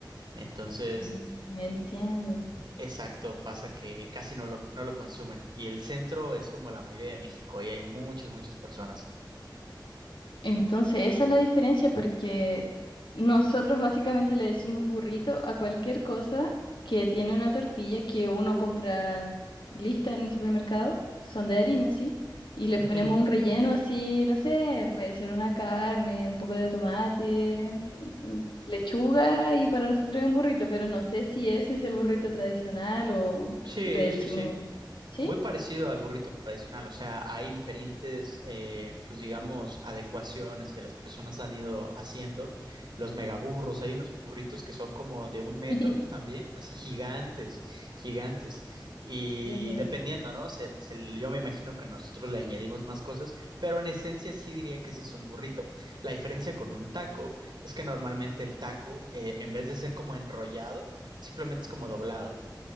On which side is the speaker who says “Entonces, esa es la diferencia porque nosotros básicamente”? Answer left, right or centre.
Left